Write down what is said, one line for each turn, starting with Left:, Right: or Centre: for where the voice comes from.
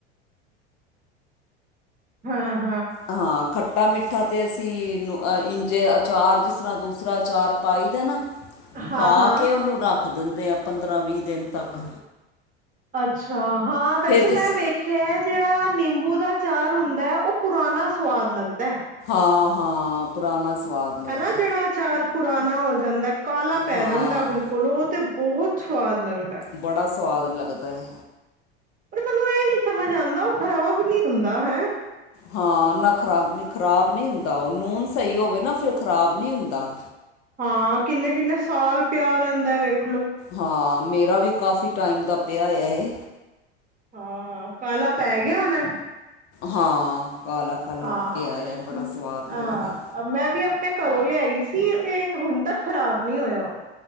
Right: ਹਾਂ।
Left: ਹਾਂ ਖੱਟਾ ਮਿੱਠਾ ਤੇ ਅਸੀਂ ਅ ਜੇ ਅਚਾਰ ਜਿਸ ਤਰ੍ਹਾਂ ਦੂਸਰਾ ਅਚਾਰ ਪਾਈ ਦਾ ਨਾ
Right: ਹਾਂ
Left: ਪਾ
Right: ਹਾਂ
Left: ਕੇ ਉਹਨੂੰ ਰੱਖ ਦਿੰਦੇ ਆ। ਪੰਦਰਾਂ ਵੀਹ ਦਿਨ ਤੱਕ।
Right: ਅੱਛਾ ਹਾਂ ਵੈਸੇ
Left: ਫਿਰ ਜਿਸ
Right: ਮੈਂ ਵੇਖਿਆ। ਜਿਹੜਾ ਨਿੰਬੂ ਦਾ ਅ ਚਾਰ ਹੁੰਦਾ ਉਹ ਪੁਰਾਣਾ ਸਵਾਦ ਲੱਗਦਾ
Left: ਹਾਂ ਹਾਂ ਪੁਰਾਣਾ ਸਵਾਦ ਲੱਗਦਾ।
Right: ਹਨਾ ਜਿਹੜਾ ਅਚਾਰ ਪੁਰਾਣਾ ਹੋ ਜਾਂਦਾ ਕਾਲਾ ਪੈ
Left: ਹਾਂ
Right: ਜਾਂਦਾ ਬਿਲਕੁਲ ਉਹ ਤੇ ਬਹੁਤ ਸਵਾਦ ਲੱਗਦਾ ਹੈ।
Left: ਬੜਾ ਸਵਾਦ ਲੱਗਦਾ ਹੈ।
Right: ਪਰ ਮੈਨੂੰ ਇਹ ਨੀ ਸਮਝ ਆਉਂਦਾ ਉਹ ਖ਼ਰਾਬ ਨਹੀਂ ਹੁੰਦਾ ਹੈਂ।
Left: ਹਾਂ ਨਾ ਖਰਾਬ ਖ਼ਰਾਬ ਨਹੀਂ ਹੁੰਦਾ ਉਹ ਨੂਨ ਸਹੀ ਹੋਵੇ ਨਾ ਫਿਰ ਖ਼ਰਾਬ ਨਹੀਂ ਹੁੰਦਾ।
Right: ਹਾਂ ਕਿੰਨੇ ਕਿੰਨੇ ਸਾਲ ਪਿਆ ਰਹਿੰਦਾ ਵਖ
Left: ਹਾਂ ਮੇਰਾ ਵੀ ਕਾਫ਼ੀ ਟਾਈਮ ਦਾ ਪਿਆ ਹੈ ਇਹ
Right: ਹਾਂ ਕਾਲਾ ਪੈ ਗਿਆ ਹੋਣਾ
Left: ਹਾਂ। ਕਾਲਾ ਕਾਲਾ
Right: ਹਾਂ
Left: ਪਿਆ ਹੈ ਬੜਾ
Right: ਹਹ
Left: ਸਵਾਦ ਲੱਗਦਾ ਹੈ।
Right: ਮੈਂ ਵੀ ਆਪਣੇ ਘਰੋਂ ਲਿਆਈ ਸੀ। ਤੇ ਹੁਣ ਤੱਕ ਖ਼ਰਾਬ ਨਹੀਂ ਹੋਇਆ ਉਹ